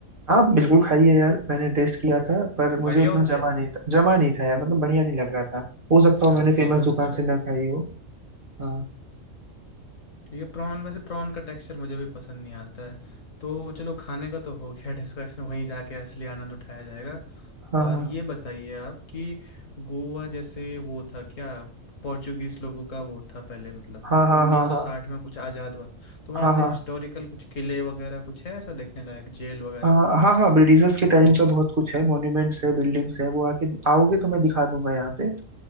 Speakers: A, on the right; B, on the left.
A: हाँ बिल्कुल खाइए यार मैंने टेस्ट किया था पर मुझे
B: बढ़िया
A: उतना
B: होती
A: जमा
B: है
A: नहीं था जमा नहीं था यार मतलब बढ़िया नहीं लग रहा था हो सकता
B: अच्छा
A: हो मैंने
B: अच्छा
A: फेमस दुकान
B: अच्छा
A: से ना खाई हो हाँ
B: ठीक है प्रॉन वैसे प्रॉन का टेक्सचर मुझे भी पसंद नहीं आता है तो चलो खाने का तो हो गया <laughs> डिस्कशन वहीं जाके असली आनंद उठाया जाएगा
A: हाँ
B: और ये बताइए आप कि गोवा जैसे वो था क्या पोर्चुगीज लोगों का वो था पहले मतलब
A: हाँ हाँ
B: 1960
A: हाँ हाँ
B: में कुछ आज़ाद हुआ था तो वहाँ
A: हाँ
B: ऐसे
A: हाँ
B: हिस्टोरिकल कुछ किले वगैरह कुछ है ऐसा देखने लायक जेल वगैरह
A: हाँ हाँ हाँ ब्रिटिशर्स के टाइम का बहुत कुछ है मॉन्यूमेंट्स है बिल्डिंग्स है वो आके आओगे तो मैं दिखा दूंगा यहाँ पे